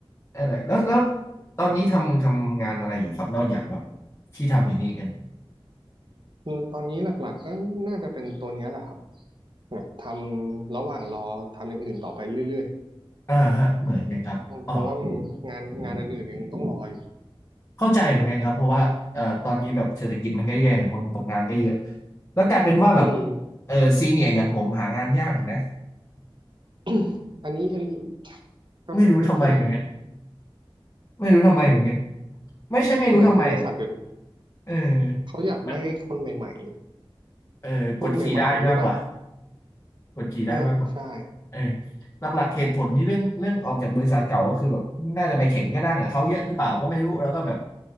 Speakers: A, on the left; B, on the right.
A: อะไรแล้วแล้วตอนนี้ทำทำงานอะไรอยู่ครับนอกจากแบบ
B: เนี่ย
A: ที่ทำอยู่นี่กัน
B: คือตอนนี้หลักๆก็น่าจะเป็นตัวเนี้ยแหละครับแบบทำระหว่างรอทำอย่างอื่นต่อไปเรื่อย
A: อ่าฮะเหมือนกันครับอ๋อ
B: ๆเพราะว่ามันงานงานอันอื่นยังต้องรออยู่
A: เข้าใจเหมือนกันครับเพราะว่าเอ่อตอนนี้แบบเศรษฐกิจมันก็แย่คนตกงานก็เยอะแล้วกลายเป็นว่าแบบ
B: อืม
A: เออซีเนียอย่างผมหางานยากอีกนะ
B: <coughs> อันนี้อันนี้ก็ก็จริง
A: ไม่รู้ทำไมเหมือนกันไม่รู้ทำไมเหมือนกันไม่ใช่ไม่รู้ทำไมแหละ
B: เหมือนบริษัทเดี๋ยวนี้
A: เออ
B: เขาอยากได้คนใหม่
A: มันเออกดขี่ได้มากกว่า
B: รุ่นใหม่ๆหรือเปล่า
A: กดขี่ได้มากกว่า
B: เออใช่
A: เออหลักๆเหตุผลที่เรื่องเรื่องออกจากบริษัทเก่าก็คือแบบน่าจะไปแข่งกระด้างกับเขาเยอะหรือเปล่าก็ไม่รู้แล้วก็แบบ